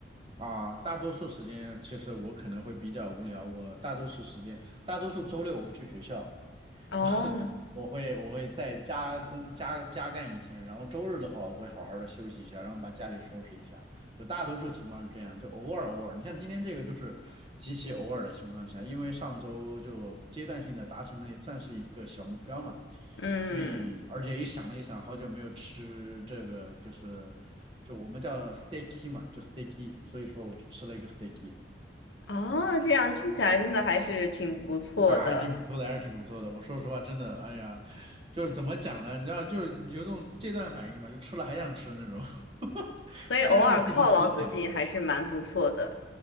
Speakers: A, on the right; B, on the left.
A: 啊，大多数时间其实我可能会比较无聊。我大多数时间，大多数周六我会去学校，
B: 哦，
A: <laughs> 我会我会再加工加加干一天，然后周日的话，我会好好的休息一下，然后把家里收拾一下。就大多数情况是这样，就偶尔偶尔。你像今天这个就是极其偶尔的情况下，因为上周就阶段性的达成了，也算是一个小目标嘛。
B: 嗯。
A: 所以而且也想了一想，好久没有吃这个就是就我们叫 steaky 嘛，就 steaky，所以说我就吃了一个 steaky。
B: 啊，这样听起来真的还是挺不错的，
A: 啊，还挺不错的，还是挺不错的。我说实话，真的，哎呀，就是怎么讲呢？你知道，就是有种戒断反应嘛，就吃了还想吃那种。<laughs>
B: 所以偶尔犒劳自己还是蛮不错的。
A: 虽然我已经吃了，